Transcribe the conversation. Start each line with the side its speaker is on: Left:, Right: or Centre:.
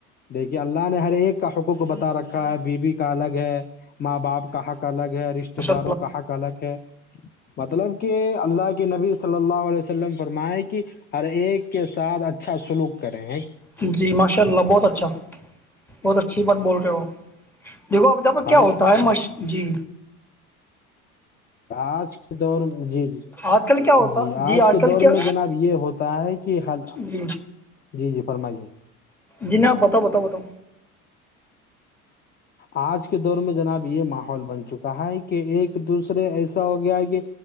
Left: دیکھیے اللہ نے ہر ایک کا حقوق بتا رکھا ہے بیوی کا الگ ہے ماں باپ کہک الگ ہے رشتتے
Centre: ماشاء
Left: داروں کہک الگ ہے مطلب کہ اللہ کے نبی صلی اللہ علیہ وسلم فرمائے کہ ہر ایک کے ساتھ اچھا سلوک کریں ہیں
Centre: جی ماشاء اللہ بہت اچھا بہت اچھی بات بول رہے ہو دیکھو ابتابا
Left: ہر
Centre: کیا ہوتا ہے مش جی
Left: آج کے دور میں جی جی
Centre: آج کل کیا ہوتا
Left: جی آج کے
Centre: کل
Left: دور
Centre: کیا
Left: میں جناب یہ ہوتا ہے کہ ہ
Centre: جی
Left: جی جی فرمائیے
Centre: جینا بتاؤ بتاؤ بتاؤ
Left: آج کے دور میں جناب یہ ماحول بن چکا ہے کہ ایک دوسرے ایسا ہو گیا ہے کہ